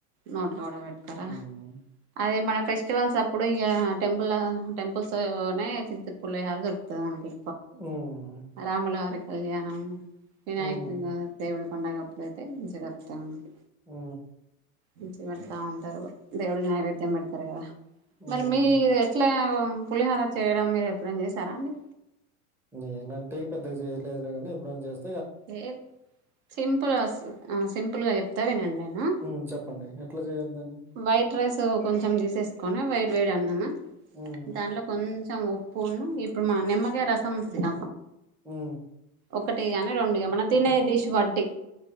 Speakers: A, on the right; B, in the centre.
A: నోట్లో కూడా పెట్టుకోరా
B: హ్మ్
A: అదే మన ఫెస్టివల్స్ అప్పుడు ఇక టెంపుల్స్ న పులహారు దొరుకుతది మనకి
B: హ్మ్
A: రాములవరకి కళ్యాణము ఏనాయంగా
B: హ్మ్
A: దడ పండగప్పుడ అయితే మంచిగపుత ఉంది
B: ఆ
A: మంచి పెడతా ఉంటారు దేవుడు నైవేద్యం పెడతారు కదా
B: హ్మ్
A: మరి మీ ఎట్లా పులిహర చేయడం మీరు ఎప్పుడం చేసారా అండి
B: నేనంటే పెద్దగా చేయలేదులేగానీ ఇప్పుడ చేస్తా
A: ఏ సింపుల్ సింపుల్గా చెప్తా వినండి నేను
B: హ్మ్ చెప్పండి ఎట్లా చేయాలి దాన్ని?
A: వైట్ రైస్ కొంచెం తీసేసుకొని వైట్ వేడి అన్నాను
B: హ్మ్.
A: దాంట్లో కొంచెం పో ఇప్పుడుమా నిమ్మకే రసం ఉంటదిద
B: ఆ
A: ఒకటే రెండుగా మన తిన డిష్ పటి